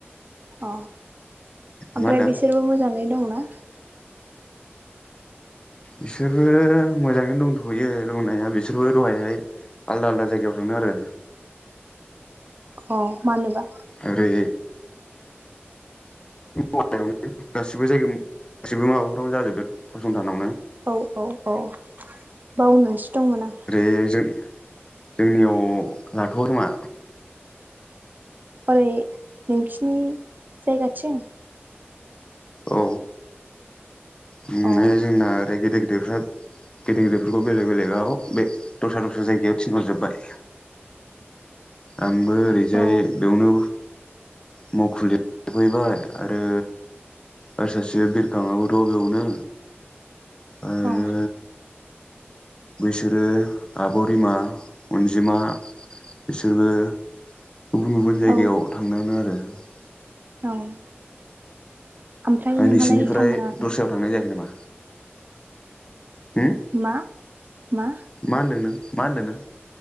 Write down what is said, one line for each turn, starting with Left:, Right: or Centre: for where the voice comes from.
Right: अ ओमफ्राय
Left: मा होनदों
Right: बिसोरबो मोजाङै दङ? ना
Left: बिसोरबो मोजाङैनो दंथ'यो दंनाया बिसोरबो दहायहाय आलदा आलदा जायगायाव थादों आरो।
Right: अ मानोबा?
Left: ओैरै <unintelligible> नो गासिबो जायगायाव गासिबो माबाफोरावनो जाजोबदों। फसंथानावनो
Right: औ औ औ औ बावनोसो दंमोन आं।
Left: ओरै जों जोंनियाव लाथ'वाखै खोमा
Right: ओरै नोंसिनि जायगाथिं?
Left: औ माने
Right: अ
Left: जोंना गेदेर गेदेरफ्रा गेदेर गेदेरफोरखौ बेलेग बेलेगाव बे दस्रा दस्रा जायगायाव थिनहरजोबबाय। आंबो ओरैजाय
Right: औ
Left: बेवनो मावखुलियाव थाफैबाय आरो आरो सासे बिरखाङाबोथ' बेयावनो आरो
Right: अ
Left: बैसोरो आब' रिमा, अनजिमा बिसोरबो गुबुन गुबुन जायगायाव
Right: औ
Left: थांनांदों आरो। ओमफ्राय
Right: औ ओमफ्राय
Left: आ
Right: नोंहालाय
Left: नोंसिनिफ्राय
Right: थांनाङाखै
Left: दस्रायाव थांनाय जायाखै नामा? होम
Right: मा? मा?
Left: मा होनदों नों मा होनदों नों?